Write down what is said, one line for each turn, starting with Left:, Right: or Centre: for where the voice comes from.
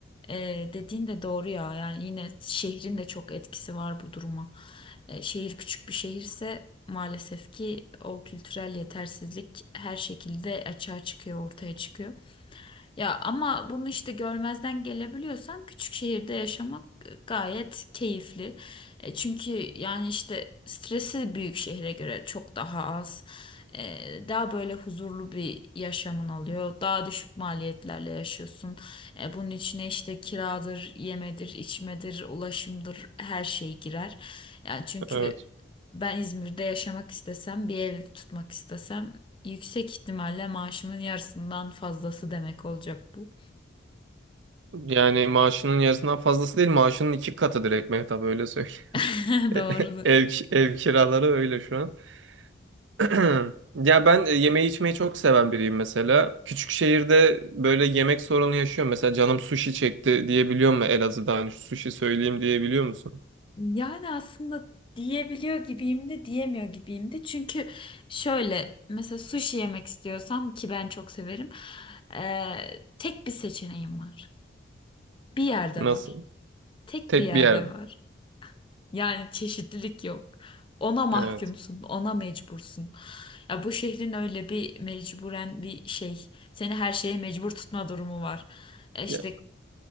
Left: e, dediğin de doğru ya. Yani yine şehrin de çok etkisi var bu duruma. E, şehir küçük bir şehirse maalesef ki o kültürel yetersizlik her şekilde açığa çıkıyor, ortaya çıkıyor. Ya ama bunu işte görmezden gelebiliyorsan küçük şehirde yaşamak gayet keyifli. E, çünkü yani işte stresi büyük şehre göre çok daha az. E, daha böyle huzurlu bir yaşamın oluyor. Daha düşük maliyetlerle yaşıyorsun. E, bunun içine işte kiradır, yemedir, içmedir, ulaşımdır her şey girer. Yani çünkü
Right: Evet.
Left: ben İzmir'de yaşamak istesem, bir ev tutmak istesem Yüksek ihtimalle maaşımın yarısından fazlası demek olacak bu.
Right: Yani maaşının yarısından fazlası değil maaşının iki katı direkt Mehtap öyle söyleyeyim.
Left: <laughs>
Right: <laughs>
Left: Doğrudur.
Right: Ev, ev kiraları öyle şu an. <clears throat> Ya ben e, yemeği içmeyi çok seven biriyim mesela. Küçük şehirde böyle yemek sorunu yaşıyorum. Mesela canım sushi çekti diyebiliyor mu Elazığ'da Hani şu Sushi söyleyeyim diyebiliyor musun?
Left: Yani aslında diyebiliyor gibiyim de diyemiyor gibiyim de. Çünkü şöyle mesela sushi yemek istiyorsam ki ben çok severim. eee, tek bir seçeneğim var. Bir yerde
Right: Nasıl?
Left: var. Tek
Right: Tek
Left: bir yerde
Right: bir yerde.
Left: var. Yani çeşitlilik yok. Ona mahkumsun,
Right: Evet.
Left: ona mecbursun. Ya bu şehrin öyle bir mecburen bir şey. Seni her şeye mecbur tutma durumu var. E İşte
Right: Ya,